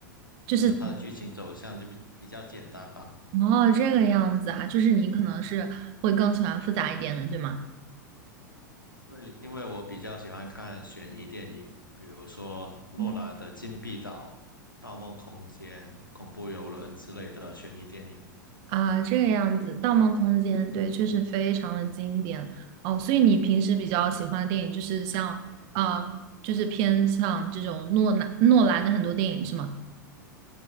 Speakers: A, on the right; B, on the left.
A: 就是
B: 就是它的剧情走向就比比较简单吧。
A: 哦，这个样子啊，就是你可能是会更喜欢复杂一点的，对吗？
B: 因为因为我比较喜欢看悬疑电影，比如说诺兰的《禁闭岛》
A: 嗯。
B: 《盗梦空间》《恐怖游轮》之类的悬疑电影。
A: 啊，这个样子，《盗梦空间》对，确实非常的经典哦。所以你平时比较喜欢的电影就是像啊、呃就是偏向这种诺兰诺兰的很多电影是吗？